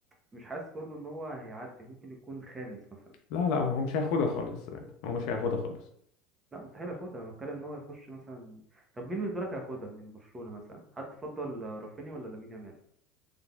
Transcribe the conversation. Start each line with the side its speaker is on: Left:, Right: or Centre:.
Right: مش حاسس برضو ان هو هيعدي ممكن يكون خامس مثلا
Left: لا لا هو مش هياخدها خالص السنة دي. هو مش هياخدها خالص
Right: لا مستحيل ياخدها انا بتكلم ان هو يخش مثلا طب مين بالنسبه لك هياخدها من برشلونه مثلا هل تفضل رافينيا ولا لامين يامال